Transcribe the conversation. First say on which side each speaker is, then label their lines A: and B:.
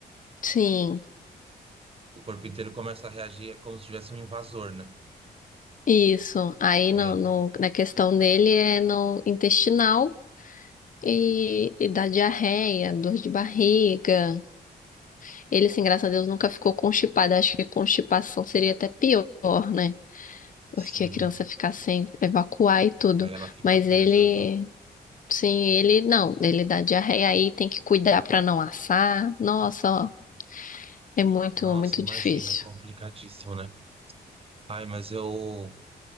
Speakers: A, on the left; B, on the right.
A: Sim,
B: O corpo inteiro começa a reagir, é como se tivesse um invasor, né?
A: isso. Aí
B: E
A: no,
B: aí,
A: no-
B: tem-
A: na questão dele é no intestinal e, e da diarreia, dor de barriga. Ele, assim, graças a Deus, nunca ficou constipado. Acho que constipação seria até pior, né? Porque
B: sim.
A: a criança ficar sem evacuar e tudo.
B: E aí ela fica
A: Mas
B: presa.
A: ele,
B: aham.
A: sim, ele não. Ele dá diarreia aí, tem que cuidar pra não assar. Nossa, ó, é muito,
B: Nossa,
A: muito
B: imagina,
A: difícil.
B: complicadíssimo, né? Ai, mas eu